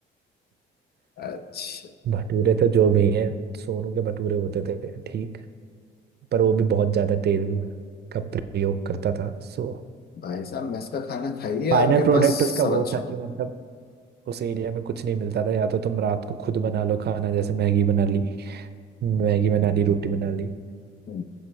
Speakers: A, on the left; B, on the right.
A: अच्छा
B: भटूरे तो जो भी है सोनू के भटूरे होते थे ठीक पर वो भी बहुत ज्यादा तेल का प्रयोग करता था सो
A: भाई साहब मेस का खाना खाइए
B: फाइनल
A: आपके
B: प्रोडक्ट
A: पास
B: उसका
A: सब
B: वो
A: अच्छा
B: था कि मतलब उस एरिया में कुछ नहीं मिलता था या तो तुम रात को खुद बना लो खाना जैसे मैगी बना ली मैगी बना ली रोटी बना ली
A: हो